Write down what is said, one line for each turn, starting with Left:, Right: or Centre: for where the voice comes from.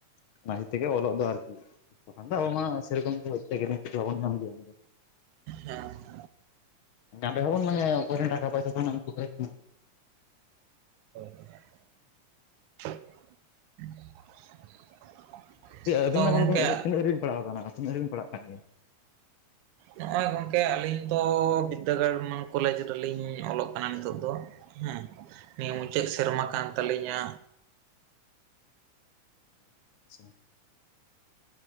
Left: <unintelligible> ᱚᱞᱚᱜ ᱫᱚ ᱟᱨᱠᱤ <unintelligible> ᱛᱠᱷᱟᱱ ᱫᱚᱚ ᱟᱵ ᱢᱟ ᱥᱮᱨᱚᱠᱚᱢ ᱞᱚᱜᱚᱱ ᱧᱟᱢ ᱫᱭᱟ ᱫᱚ
Right: ᱟᱨᱮᱸ <unintelligible>
Left: ᱸᱮ ᱦᱵᱚᱱ ᱢᱟᱱᱮᱮ ᱴᱟᱠᱟ ᱯᱚᱭᱥᱟ ᱠᱷ ᱠᱚ <unintelligible>
Right: <unintelligible>
Left: ᱟᱹᱵᱤᱱ
Right: ᱛᱚ
Left: ᱛᱟᱦᱚᱞᱮ
Right: ᱜᱚᱢᱠᱮ
Left: ᱛᱤᱱᱟᱹᱫᱷᱟᱹᱵᱤᱱ ᱯᱟᱲᱟᱣ ᱟᱠᱟᱱᱟ ᱛᱤᱱᱟᱹᱫᱷᱟᱹᱵᱤᱱ ᱯᱟᱲᱟᱜ ᱠᱟᱱ ᱜᱮᱭᱟ
Right: ᱱᱚᱜᱼᱚᱭ ᱜᱚᱝᱠᱮ ᱟᱹᱞᱤᱧ ᱫᱚ ᱵᱤᱫᱽᱫᱟᱹᱜᱟᱲ ᱠᱚᱞᱮᱡᱽ ᱨᱮᱞᱤᱧ ᱚᱞᱚᱜ ᱠᱟᱱᱟ ᱱᱤᱛᱚᱜ ᱫᱚ ᱦᱮᱸ ᱱᱤᱭᱟᱹ ᱢᱩᱪᱟᱹᱫ ᱥᱮᱨᱢᱟ ᱠᱟᱱ ᱛᱟᱹᱞᱤᱧᱟ
Left: ᱟᱪ ᱟᱪᱪᱷᱟ <unintelligible>